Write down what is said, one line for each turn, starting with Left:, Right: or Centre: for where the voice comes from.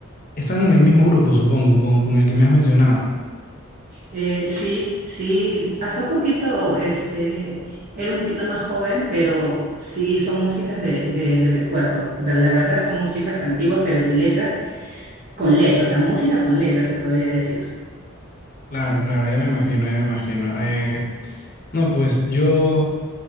Left: están en el mismo grupo, supongo, con, con el que me has mencionado.
Right: Eh, sí, sí, hasta un poquito, este, él un poquito más joven, pero sí, son músicas de, de- de recuerdo. Da- La verdad son músicas antiguas, pero de letras con letras, o sea, música con letras se podría decir.
Left: Claro, claro, ya me imagino, ya me imagino. Eh, no, pues yo